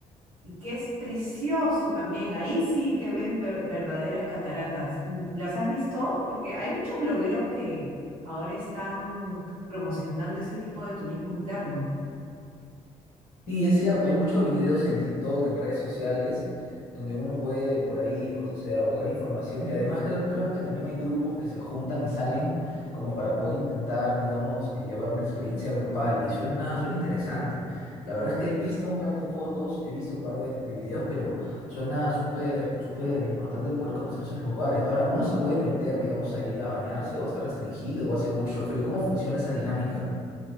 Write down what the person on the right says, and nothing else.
y que es precioso también. Ahí sí que ves ver- verdaderas cataratas. Mm, ¿Las has visto? Porque hay muchos blogueros que ahora están promocionando ese tipo de turismo interno.